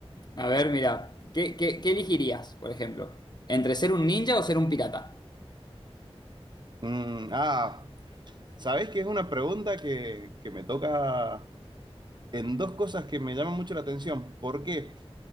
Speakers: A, on the left; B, on the right.
A: a ver, mira, ¿qué, qué, qué elegirías, por ejemplo? ¿Entre ser un ninja o ser un pirata?
B: Mm, ah, ¿sabés que es una pregunta que, que me toca en dos cosas que me llaman mucho la atención? ¿Por qué?